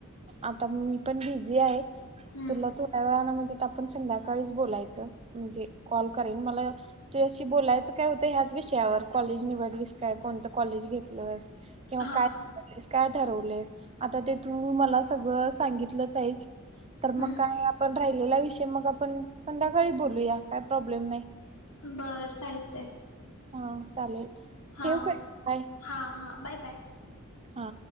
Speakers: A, on the right; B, on the left.
A: आता मी पण बिझी आहे.
B: हम्म
A: तुला थोड्या वेळान म्हणजे आता आपण संध्याकाळीच बोलायच म्हणजे कॉल करीन मला तुझ्याशी बोलायच काय होतय ह्याच विषयावर कॉलेज निवडलीस काय कोणतं कॉलेज घेतलंस? किंव्हा
B: हा
A: काय निवडलीस? ठरवलयस आता ते तू मला सगळं सांगितलंच आहेस. तर
B: हम्म
A: मग काय आपण राहिलेला विषय मग आपण संध्याकाळी बोलूया काय प्रॉब्लेम नाही.
B: बर चालतय
A: हा चालेल
B: हा,
A: ठेवू काय बाय
B: हा, हा बाय बाय.
A: हा.